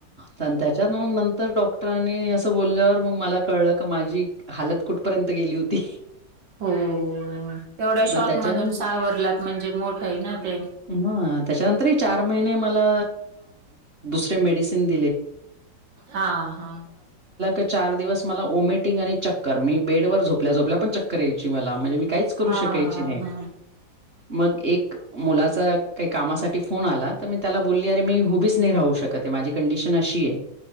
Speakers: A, on the right (about 40°); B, on the right (about 75°).
A: त्याच्यात मग नंतर डॉक्टरांनी असं बोलल्यावर मग मला कळलं का माझी हात कुठपर्यंत गेली होती.
B: हो तेवढ्या शॉक
A: मग त्याच्यानंतर
B: मधून सावरलात म्हणजे मोठ आहे ना ते.
A: ह त्याच्यानंतर चार महिने मला दुर मेड. ण
B: हा हा
A: च. मला वमिटंग आणि चक्कर मी बेड व झोपल्याोपल्या पण चक्कर याय मला म्हणजे मी काच. करू
B: हा
A: शकायची नाही
B: हा
A: मग एक. मुलाचा काही कामासाठी फोन आला तर मी त्याला बोलली अरे मी हुबीच नाही राहू शकत माझी कंडिशन अशी आहे.